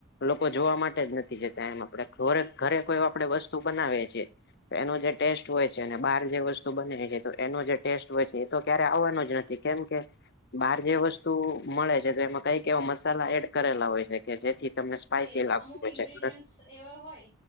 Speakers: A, on the left; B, on the left.
A: લોકો જોવા માટે જ નથી જતા. એમ આપણે ઘરે ઘરે કોઈ આપણે વસ્તુ બનાવીએ છીએ. એનો જે ટેસ્ટ હોય છે અને બહાર જે વસ્તુ બને એનો જે ટેસ્ટ હોય છે. એ તો ક્યારે આવવાનો જ નથી કેમ કે બહાર જે વસ્તુ મળે છે. તો એમાં કઈક એવો મસાલા એડ કરેલા હોય છે કે જેથી તમને સ્પાઈસી
B: એજ
A: લાગતું
B: અમુક
A: હોય
B: ઇન્ગ્રીડિયન્ટસ
A: છે
B: એવા હોય